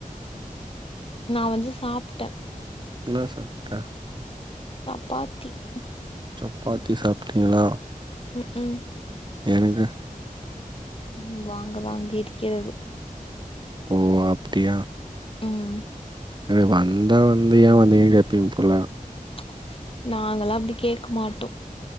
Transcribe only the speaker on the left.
நா வந்து சாப்ட்ட
சப்பாத்தி உக்
உக்ம்
ம் வாங்க வாங்க இருக்கிறது
ம்
ம்ச் நாங்கெல்லா அப்டி கேட்க மாட்டோ